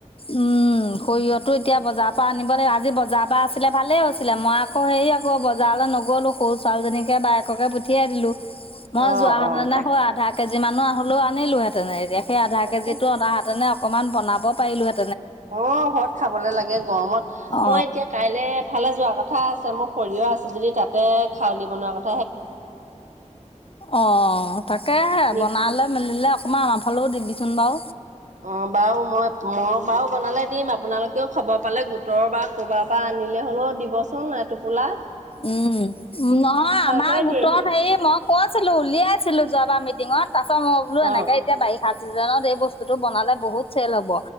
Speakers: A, on the left; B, on the right.
A: উম সৰিয়হটো এতিয়া বজাপা আনিব লাগিব। আজি বজাপা আছিলে ভালে হৈছিলে মই অ' ক হেৰি আক বজাৰলে নগলো সৰু ছোৱালীজনীকে বায়েককে পঠিয়াই দিলো মই
B: অ',
A: যোৱা সেতেন
B: অ', তাক
A: দেখোঁ আধা কেজি মানো হ'লেও আনিলোহেতেন এতিয়া সেই আধা
B: তাকে
A: কেজিটো অনাহেঁতেনে অকমান বনাব পাৰিলোহে
B: অ' ঘৰত খাবলে লাগে গৰমত,
A: অ
B: মই এতিয়া কাইলে এফালে যোৱা ক কথা আছে, মোৰ সৰিয়হ আছে যদি তাতে খাউলি বনোৱাৰ কথ
A: অ' তাকেহে
B: মিক
A: বনালে মেলিলে অকমান আ ফালেও দিবিচোন বাও।
B: অ', বাৰু মই বাৰু বনালে দিম, আপোনালোকেও খবৰ পালে গোটৰ বা ক'বাৰ পৰা আনিলে হ'লেও দিবচোন। কা টোপোলা
A: উম নহয় আমা
B: ঘৰে
A: গোটত
B: দিয়েহি
A: হেৰি মই কছিলো, উলিয়াইছিলো যোৱাবা মিটিঙত তাৰ পাছত মই বোলো
B: অ',
A: এনেকে এতিয়া বাৰিষাচিজনত এই বস্তুটো বনালে বহুত চেল হ'ব